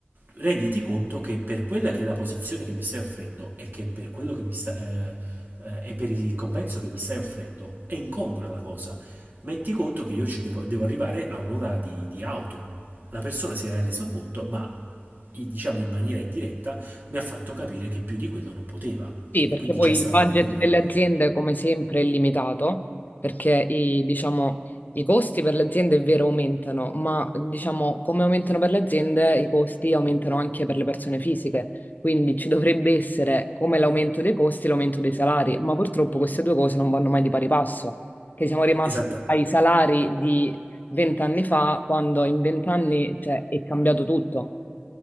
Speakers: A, on the right (about 50°); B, on the left (about 45°).
A: renditi conto che per quella che è la posizione che mi stai offrendo e che per quello che mi sta, eh, eh, e per il compenso che mi stai offrendo è incongrua la cosa. Metti conto che io ci devo, devo arrivare a un'ora di, di auto. La persona si era reso conto, ma i- diciamo in maniera indiretta mi ha fatto capire che più di quello non poteva
B: Sì,
A: e
B: perché
A: quindi
B: poi
A: già stava
B: il budget
A: in errore.
B: delle aziende, come sempre, è limitato, perché i, diciamo, i costi per le aziende è vero aumentano, ma diciamo, come aumentano per le aziende, i costi aumentano anche per le persone fisiche. Quindi ci dovrebbe essere come l'aumento dei costi, l'aumento dei salari, ma purtroppo queste due cose non vanno mai di pari passo, che siamo rimasti
A: Esatto,
B: ai salari di vent'anni fa, quando in vent'anni, cioè, è cambiato tutto.